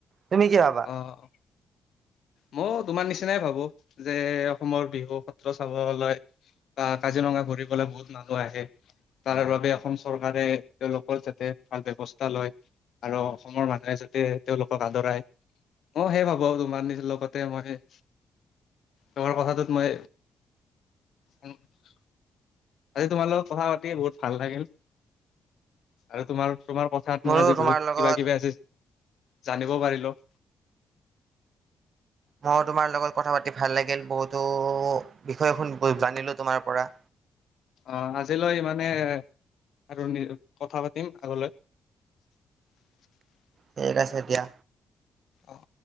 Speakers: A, on the right; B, on the left.
A: তুমি কি ভাবা?
B: অ' অ'। ম‌ইও তোমাৰ নিচিনাই ভাবো যে, অসমৰ বিহু সত্ৰ চাবলৈ কা -কাজিৰঙা ঘূৰি পেলাই বহুত মানুহ আহে। তাৰ বাবে অসম চৰকাৰে তেওলোকৰ যাতে ভাল ব্যৱস্থা লয়। আৰু অসমৰ মানুহে যাতে তেওঁলোকক আদৰাই। মই সেই ভাবো আৰু তোমাৰ লগতে মই তোমাৰ কথাটোত মই আজি তোমাৰ লগত কথা পাতি বহুত ভাল লাগিল। আৰু তোমাৰ তোমাৰ কথাত
A: মোৰো
B: মই আজি
A: তোমাৰ
B: বহুত
A: লগত
B: কিবা কিবি আজি জানিব পাৰিলোঁ।
A: মই তোমাৰ লগত কথা পাতি ভাল লাগিল বহুতো বিষয়ে শুন জানিলো তোমাৰ পৰা।
B: অ' আজিলৈ ইমানে আৰু কথা পাতিম আগলৈ। <unintelligible>
A: ঠিক আছে দিয়া।
B: অ'হ